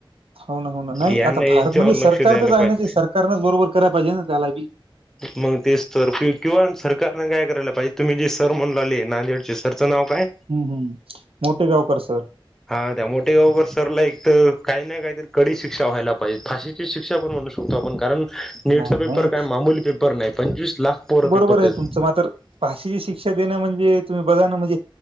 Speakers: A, on the right; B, in the centre.
A: ह हो ना, हो ना, नाही
B: यांना
A: आता
B: यांच्यावर
A: भारत म्हणजे
B: लक्ष
A: सरकारचच
B: द्यायला पाहिजे
A: आहे ना सरकारनच बरोबर कराय पाहिजे ना. त्याला
B: मग ते सतर किंवा सरकारने काय करायला पाहिजे, तुम्ही जे सर म्हणू लावले नांदेडचे सर नाव काय
A: हम्म हम्म मोठे गावकर सर
B: हा त्या मोठे गाव सरला एक तर काही ना काहीतरी कडी शिक्षा व्हायला पाहिजे फाशीची शिक्षा पण म्हणू शकतो, आपण कारण नीटचा
A: नाही
B: पेपर
A: नाही
B: काय मामूली पेपर नाही, पंचवीस लाख पोर पेपर
A: तुम
B: देत
A: म्रची फाशीची शिकषा देणं म्हणजे, बघा ना म्हणजे